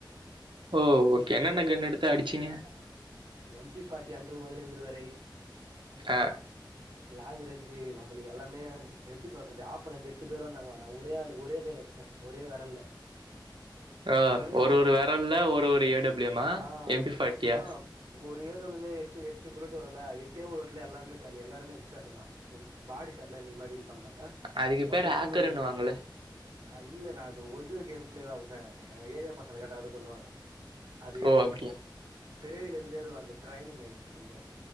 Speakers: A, on the right; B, on the right.
A: ஓ ஓகே என்னென்ன கன் எடுத்து அடிச்சிங்க
B: எம்ட்டி ஃபார்டி அன்று முதல் இன்று வரை
A: ஆ
B: லேப் அரேன்ஜு நம்மளுக்கு எல்லாமே எப்டி சொல்றது ஆப்பொனென்ட்டு எட்டு பேர் வந்தாங்க நா ஒரே ஆள் ஒரே கைல அச்ச ஒரே வெரல்ல
A: ஆ
B: ஒரே
A: ஒரு
B: ரே
A: ஒரு வெரல்ல
B: நா
A: ஒரு ஒரு ஏ டபிள்யூமா
B: ஆ
A: எம்பி ஃபாட்டியா
B: ஆஹ் ஒரே ஏடோல்லே எ எட்டு புல்லட் வருல எட்டே புல்லட்ல எல்லாமே காலி எல்லாருமே ஹெட் ஷாட்தா ம் பாடி தெர்ல இன்னைக்கு மாரி இது பண்ண மாட்ட
A: அதுக்கு
B: ஒன்லி
A: பேர் ஹேக்கர்ன்னுவாங்கள
B: பியூர் ரெட்டு ஆஹ் இல்ல நா அது ஒரிஜினல் கேம் பிளேவே அப்டிதா என் ஏரியா பசங்கள கேட்டா கூட சொல்லுவாங்கோ அது
A: ஓ அப்டியா
B: பிறவில இருந்தே அது அந்த ட்ரைனிங் ஆயிருச்சு கொஞ்சோ